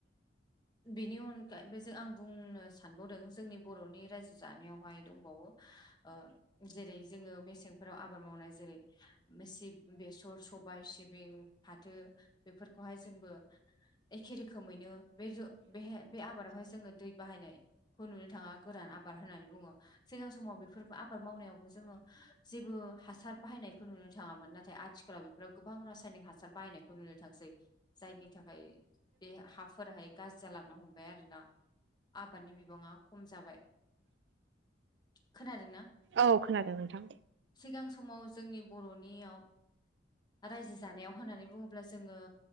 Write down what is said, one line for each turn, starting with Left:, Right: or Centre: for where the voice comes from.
Left: बेनि अनगायै बेजों आं बुंनो सानबावदों जोंनि बर'नि रायजो जानायावहाय दंबावो ओ जेरै जोङो मेसेंफोराव आबाद मावनाय जेरै मेसिद बेसर सबाय सिबिं फाथो बेफोरखौहाय जोंबो एखे रोखोमैनो बे बेहाय बे आबादावहाय जोङो दै बाहायनायखौ नुनो आबाद होननानै बुङो सिगां समाव बेफोरबो आबाद मावनायावबो जोङो जेबो हासार बाहायनायखौ नुनो थाङामोन नाथाय आथिखालाव बे बेाव गोबां रासायनिक हासार बाहायनायखौ नुनो थांसै जायनि थाखाय बे हाफोराहाय गाज्रि जालांनो हमबाय आरोना आबादनि बिबाङा खम जाबाय खोनादों ना
Right: औ खोनादों नोंथां
Left: सिगां समाव जोंनि बर'नियाव रायजो जानायाव होननानै बुङोब्ला जोङो